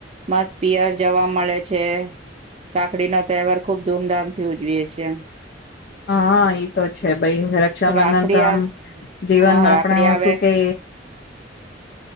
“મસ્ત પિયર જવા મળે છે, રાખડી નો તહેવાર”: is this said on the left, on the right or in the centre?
Right